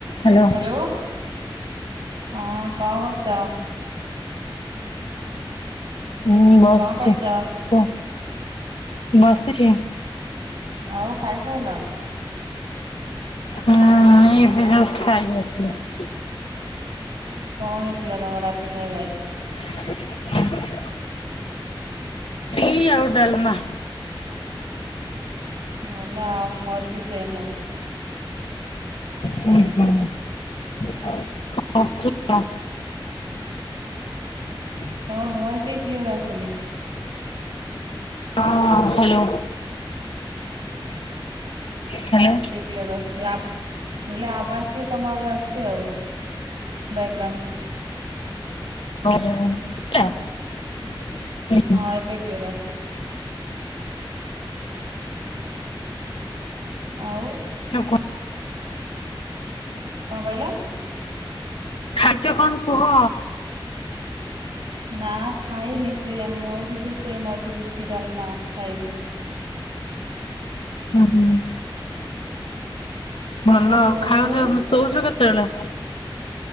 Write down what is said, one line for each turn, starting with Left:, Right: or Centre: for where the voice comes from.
Left: Hello
Right: hello. ହଁ କଁ କରୁଚ?
Left: ମୁଁ ବସଛି
Right: କଣ କରୁଛ
Left: କୁହ ବସିଛି।
Right: ଆଉ ଖାଇସାରିଲଣି?
Left: ହୁଁ ଏଇ ଏବେ ଜଷ୍ଟ ଖାଇକି ଆସିଲି।
Right: କଣ ହେଇଥିଲା ତମର ରାତି ଖାଇବା ଆଜି?
Left: <inaudible> ରୁଟି ଆଉ ଡାଲମା।
Right: ଭଲ ଆଉ ମୋର ବି ସେମ ଅଛି।
Left: ହୁଁ, ହୁଁ। <inaudible> ହଁ। <inaudible>
Right: ତମର ଭଏଜ ଟିକେ କ୍ଲିଅର ଆସୁନି।
Left: ହଁ ହାଲୋ। ହାଲୋ।
Right: କ୍ଲିଅର ଆସୁଛି ଆବା ନହେଲେ ଆବାଜ ଟିକେ ତମ ଆଡୁ ଆସଛି ଆଉ ବ୍ୟାକ୍ ଗ୍ରାଉଣ୍ଡ
Left: ଓ ହୋ ଶୁଭିଲା, ହୁ ହୁଁ।
Right: ହଁ ଏବେ କ୍ଲିୟର ଆସୁଚି ଆଉ।
Left: ଯଉ କ
Right: କଣ କହିଲ
Left: ଖାଇଚ କଣ କୁହ।
Right: ନା ଖାଇନି ସେ ମୋର ବି ସେଇ ସେମ୍ ଅଛି ରୁଟି, ଡାଲମା ଖାଇବି।
Left: ଉ, ହୁଁ। ଭଲ ଆଉ
Right: ଘରେ
Left: ଖାଉଛ
Right: ସବୁ
Left: ଶୋଉଛ କେତେବେଳେ?